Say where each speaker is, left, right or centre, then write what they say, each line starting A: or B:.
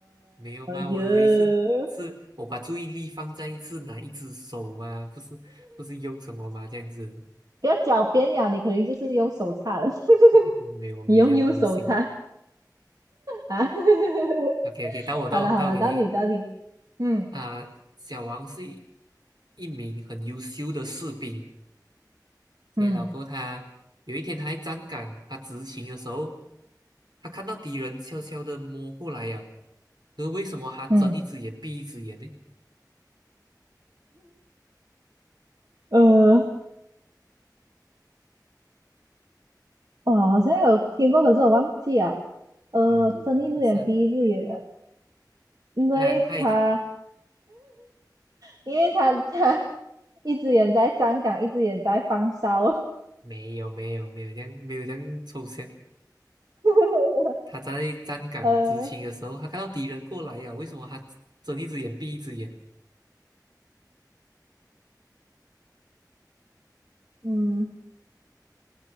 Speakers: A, on the right; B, on the right.
A: 没有吗？我以为是是我把注意力放在是哪一只手嘛，
B: 哟。
A: 不是不是用什么吗？这样子。
B: 不要狡辩呀，你肯定就是用手擦的，
A: <laughs> 没有，
B: <laughs>
A: 没有这样恶心。
B: 你用右手擦啊。<laughs>
A: OK OK，到我到我到我给你
B: 好了好了，到你到你，嗯
A: 啊、小王是一名很优秀的士兵。OK，
B: 嗯
A: 然后过后他有一天他在站岗，他执勤的时候，他看到敌人悄悄的摸过来呀。可是为什么他睁一只眼闭一只眼呢？
B: 嗯，呃，哦，好像有听过，可是我忘记了。呃，
A: 嗯，
B: 睁一只眼闭一只眼的，
A: 就是
B: 因为他
A: 他他已经
B: 因为他他 <laughs> 一只眼在站岗，一只眼在放哨。
A: 没有没有没有这样没有这样抽象。
B: <laughs>
A: 他在站岗执勤的时候，
B: 呃，
A: 他看到敌人过来呀、为什么他睁一只眼闭一只眼？
B: 嗯，